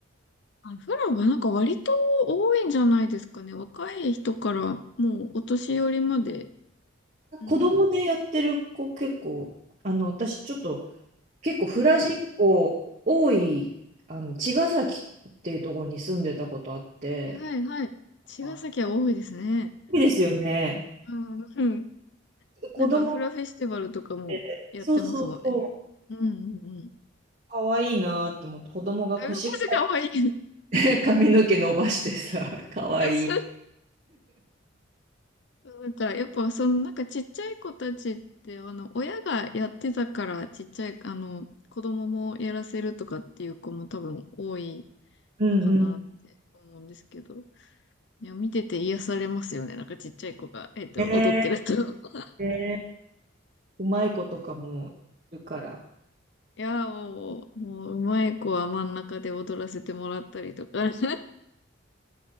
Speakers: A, on the left; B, on the right.
A: あ、フラはなんか割と多いんじゃないですかね。若い人からもうお年寄りまで。うん。
B: 子供でやってる子結構、あの、私ちょっと結構フラ人口多い、
A: はい。
B: あの、茅ヶ崎っていうところに住んでたことあって、
A: はいはいはい。茅ヶ崎は多いですね。
B: あいいですよね。
A: うん。うん
B: 子供っ
A: なんかフラフェスティバルとかもやってますもんね。
B: て、そうそうそう、
A: うんうんうん。
B: かわいいなと思って、子供が腰が
A: <laughs> あ、マジかわいい。
B: <laughs> 髪の毛伸ばしてさ、かわいい。
A: <laughs> なんか、やっぱ、その、なんか、ちっちゃい子たちって、あの、親がやってたから、ちっちゃい、あの、子供もやらせるとかっていう子も多分多い
B: うんうん。
A: のかなって思うんですけど、いや、見てて癒されますよね。なんか、ちっちゃい子が、えっと、
B: ね
A: 踊ってると。<laughs>
B: えねうまい子とかもいるから。
A: いや、もう、もう、うまい子は真ん中で踊らせてもらったりとか。<laughs>